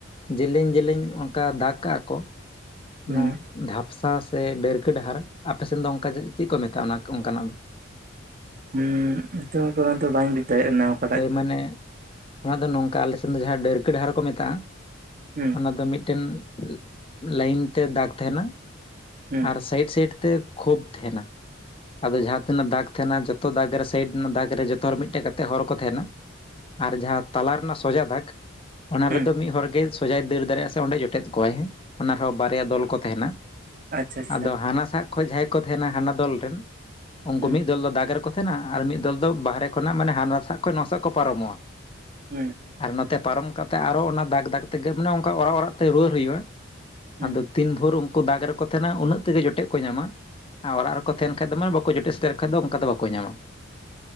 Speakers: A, on the left; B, on the right.
A: ᱡᱮᱞᱮᱧ ᱡᱮᱞᱮᱧ ᱚᱱᱠᱟ ᱫᱟᱜᱽ ᱠᱟᱜ-ᱟ ᱠᱚ
B: ᱦᱩᱸ
A: ᱚᱱᱟ ᱫᱷᱟᱯᱥᱟ ᱥᱮ ᱵᱮᱹᱨᱠᱟ ᱰᱟᱦᱟᱨᱟ, ᱟᱯᱮ ᱥᱮᱱ ᱫᱚ ᱚᱱᱠᱟ ᱪᱤᱫ ᱠᱚ ᱢᱮᱛᱟᱜ-ᱟ ᱚᱱᱟ ᱚᱱᱠᱟᱱᱟᱜ ᱫᱚ?
B: ᱩᱸᱻ <unintelligible> ᱵᱟᱹᱧ ᱵᱩᱡᱽ ᱫᱟᱲᱮᱭᱟᱜᱱᱟ ᱾
A: ᱦᱳᱭ ᱢᱟᱱᱮ <inaudible> ᱚᱱᱟ ᱫᱚ ᱱᱚᱝᱠᱟ ᱟᱞᱮ ᱥᱮᱱ ᱫᱚ ᱡᱟᱦᱟᱸ ᱰᱟᱹᱨᱠᱟᱹ ᱰᱟᱦᱟᱨ ᱠᱚ ᱢᱮᱛᱟᱜ-ᱟ <inaudible>
B: ᱦᱩᱸ ᱾
A: ᱟᱫᱚ ᱢᱤᱫᱴᱮᱱ <inaudible> ᱞᱟᱭᱤᱱ ᱛᱮ ᱫᱟᱜ ᱛᱟᱦᱮᱱᱟ <inaudible>
B: ᱦᱩᱸ
A: ᱟᱨ ᱥᱟᱭᱤᱰ ᱥᱟᱭᱤᱰ ᱛᱮ ᱠᱷᱳᱯ ᱛᱟᱦᱮᱱᱟ ᱾ ᱟᱫᱚ ᱡᱟᱦᱟᱸ ᱛᱤᱱᱟᱹᱜ ᱫᱟᱜᱽ ᱛᱟᱦᱮᱱᱟ ᱡᱚᱛᱚ ᱫᱟᱜᱽ ᱨᱮ ᱥᱟᱭᱤᱰ ᱨᱮᱱᱟᱜ ᱫᱟᱜᱽ ᱨᱮ ᱡᱚᱛᱚ ᱦᱚᱲ ᱢᱤᱫᱴᱮᱡ ᱠᱟᱛᱮ ᱦᱚᱲ ᱠᱚ ᱛᱟᱦᱮᱱᱟ ᱾ <inaudible> ᱟᱨ ᱡᱟᱦᱟᱸ ᱛᱟᱞᱟ ᱨᱮᱱᱟᱜ ᱥᱚᱡᱟ ᱫᱟᱜᱽ <inaudible> ᱚᱱᱟ
B: ᱦᱩᱸ
A: ᱨᱮᱫᱚ ᱢᱤᱫ ᱦᱚᱲ ᱜᱮ ᱥᱚᱡᱟᱭ ᱫᱟᱹᱲ ᱫᱟᱲᱮᱜ-ᱟ ᱥᱮ ᱚᱸᱰᱮ ᱡᱚᱴᱮᱫ ᱠᱚᱣᱟᱭ ᱦᱮᱸ, ᱚᱱᱟ ᱨᱮᱦᱚᱸ ᱵᱟᱨᱭᱟ ᱫᱚᱞ ᱠᱚ ᱛᱟᱦᱮᱱᱟ ᱾
B: ᱟᱪᱪᱷᱟ ᱟᱪᱪᱷᱟ
A: ᱟᱫᱚ ᱦᱟᱱᱟ ᱥᱟᱜ ᱠᱷᱚᱡ ᱡᱟᱦᱟᱸᱭ ᱠᱚ ᱛᱟᱦᱮᱱᱟ ᱦᱟᱱᱟ ᱫᱚᱞ ᱨᱮᱱ ᱩᱱᱠᱩ
B: ᱦᱩᱸ
A: ᱢᱤᱫ ᱫᱚᱞ ᱫᱚ ᱫᱟᱜᱽ ᱨᱮᱠᱚ ᱛᱟᱦᱮᱱᱟ ᱟᱨ ᱢᱤᱫ ᱫᱚᱞ ᱫᱚ ᱵᱟᱦᱨᱮ ᱠᱷᱚᱱᱟᱜ ᱢᱟᱱᱮ ᱦᱟᱱᱟ ᱥᱟᱜ ᱠᱷᱚ ᱱᱚᱣᱟᱥᱟᱜ ᱠᱷᱚ ᱯᱟᱨᱚᱢᱚᱜ-ᱟ ᱾
B: ᱦᱩᱸ ᱾
A: ᱟᱨ ᱱᱚᱛᱮ ᱯᱟᱨᱚᱢ ᱠᱟᱛᱮ ᱟᱨᱚ ᱚᱱᱟ ᱫᱟᱜᱽ ᱫᱟᱜᱽ ᱛᱮᱜᱮ ᱢᱟᱱᱮ ᱚᱱᱠᱟ ᱚᱨᱟᱜ ᱚᱨᱟᱜ ᱛᱮ ᱨᱩᱣᱟᱹᱨ ᱦᱩᱭᱩᱜ-ᱟ ᱾
B: ᱦᱩᱸ
A: ᱟᱫᱚ ᱛᱤᱱ ᱵᱷᱳᱨ ᱩᱱᱠᱩ ᱫᱟᱜᱽ ᱨᱮᱠᱚ ᱛᱟᱦᱮᱱᱟ ᱩᱱᱟᱹᱜ ᱛᱮᱜᱮ ᱡᱚᱴᱮᱜ ᱠᱚ ᱧᱟᱢᱟ ᱾ ᱟᱨ ᱚᱨᱟᱜ ᱨᱮᱠᱚ ᱛᱟᱦᱮᱱ ᱠᱷᱟᱡ ᱫᱚ ᱢᱟ ᱵᱟᱠᱚ ᱡᱚᱴᱮᱫ ᱥᱴᱮᱨ ᱠᱷᱟᱡ ᱫᱚ ᱚᱱᱠᱟ ᱫᱚ ᱵᱟᱠᱚ ᱧᱟᱢᱟ ᱾